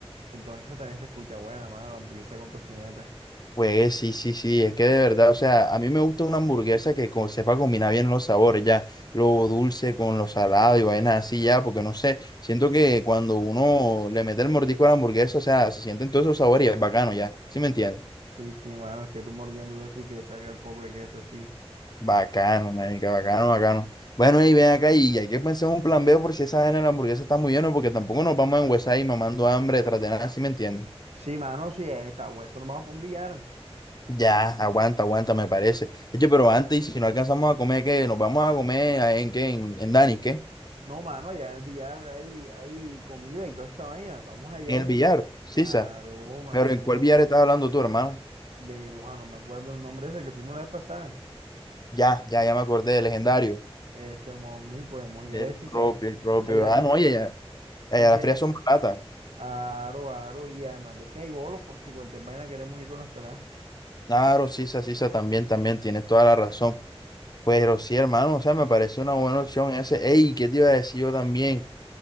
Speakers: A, on the right; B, on the left.
A: Entonces esa también se escucha buena, mano, la hamburguesa con tocineta.
B: Pues sí, sí, sí, es que de verdad, o sea, a mí me gusta una hamburguesa que co- sepa combinar bien los sabores, ya, lo dulce con lo salado y vainas así, ya, porque no sé, siento que cuando uno le mete el mordisco a la hamburguesa, o sea, se sienten todos esos sabores y es bacano, ya, ¿sí me entiendes?
A: Sí, sí, mano, es que tú mordiendo eso y que salga el poco de queso, sí.
B: Bacano, marica, bacano, bacano. Bueno, y ven acá y hay que pensar un plan B por si esa vaina de la hamburguesa está muy llena, porque tampoco nos vamos a enguesar y mamando hambre tras de nada, ¿sí me entiendes?
A: Sí, mano, sí, eh, está hueso, nos vamos para un billar.
B: Ya, aguanta, aguanta, me parece. Oye, pero antes, y si no alcanzamos a comer, ¿qué? ¿Nos vamos a comer a- en qué? ¿En, en Dani, qué?
A: No, mano, allá en el billar hay, hay comida y toda esa vaina. Vamos allá
B: En
A: al
B: el
A: de
B: billar,
A: que...
B: Sisa.
A: Aroma,
B: Pero ¿en
A: ¿no?
B: cuál billar estás hablando tú, hermano?
A: de, ojalá, no me acuerdo el nombre ese que fuimos la vez pasada.
B: Ya, ya, ya me acordé, el legendario.
A: Ese Mosmi, podemos ir
B: El
A: a ese,
B: propio,
A: ¿sabes?
B: el propio.
A: Allá tú,
B: Ah, no,
A: pi-
B: oye, ya. ya,
A: sí,
B: ya
A: sí,
B: las
A: allá.
B: frías son baratas.
A: Aro, aro, y además de que hay bolos por si cualquier vaina queremos ir con las peladas.
B: Claro, Sisa, Sisa, también, también, tienes toda la razón. Pero sí, hermano, o sea, me parece una buena opción ese. Ey, ¿qué te iba a decir yo también?